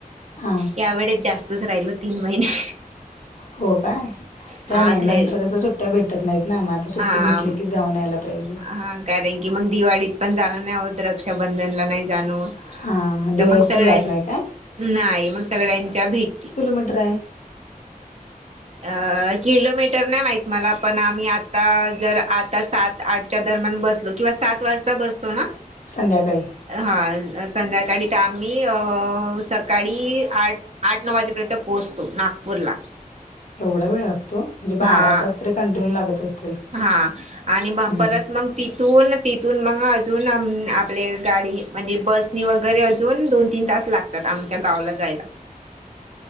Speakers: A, on the left; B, on the right.
A: हा.
B: या वेळेस जास्तच राहिलो तीन महिने.
A: हो काय त्या
B: हा
A: नाही
B: घ
A: नंतर कस सुट्ट्या भेट भेटत नाही ना मग आता सुट्टी
B: हा
A: भेटली की जाऊन यायला पाहिजे.
B: हा कारण की मग दिवाळीत पण जाण नाही होत रक्षाबंधनला नाही जाणं होत
A: हा दिवाळीत
B: तर मग सगळ्यां
A: पण जात नाही काय
B: नाही मग सगळ्यांच्या भेटी
A: ड्राय
B: अ किलोमीटर नाही माहित मला पण आम्ही आता जर आता सात आठच्या दरम्यान बसलो किंवा सात वाजता बसतो ना
A: संध्याकाळी?
B: हा. संध्याकाळी तर आम्ही अ सकाळी आठ आठ नऊ वाजेपर्यंत पोहोचतो नागपूरला.
A: एवढा वेळ लागतो, म्हणजे बारा
B: हा
A: तास तरी कंटिन्यू लागत असतील
B: हा आणि मग
A: हम्म.
B: परत मग तिथून तिथून मग अजून आपले गाडी म्हणजे बसनी वगैरे अजून दोन तीन तास लाग तात आमच्या गावला जायला.
A: <inaudible>